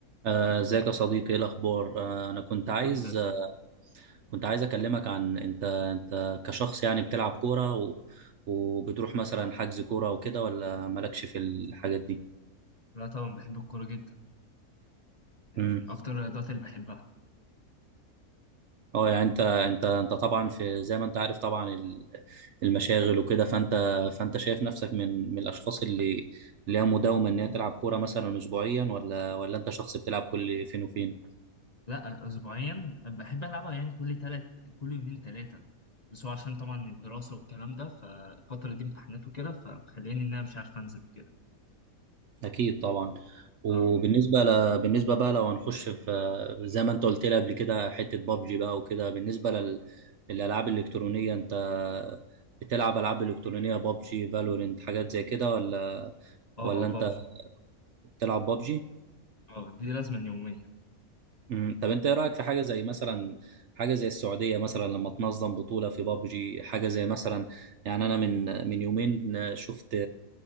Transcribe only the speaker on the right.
آه، ازيك يا صديقي ايه الاخبار آه، انا كنت عايز
آه، كنت عايز اكلمك عن انت انت كشخص يعني بتلعب كوره و... وبتروح مثلا حجز كوره وكده ولا مالكش في الحاجات دي
امم
اه يعني انت انت انت طبعا في زي ما انت عارف طبعا ال- المشاغل وكده فانت فانت شايف نفسك من من الاشخاص اللي اللي هي مداومه ان هي تلعب كوره مثلا اسبوعيا ولا ولا انت شخص بتلعب كل فين وفين
اكيد طبعا وبالنسبه
ل... بالنسبه بقى لو هنخش في زي ما انت قلت لي قبل كده حته بابجي بقى وكده بالنسبه لل... للالعاب الالكترونيه انت بتلعب العاب الكترونيه بابجي فالورنت حاجات زي كده ولا
ولا انت
بتلعب بابجي
امم طب انت ايه رايك في حاجه زي مثلا حاجه زي السعوديه مثلا لما تنظم بطوله في بابجي حاجه زي مثلا يعني انا من من يومين شفت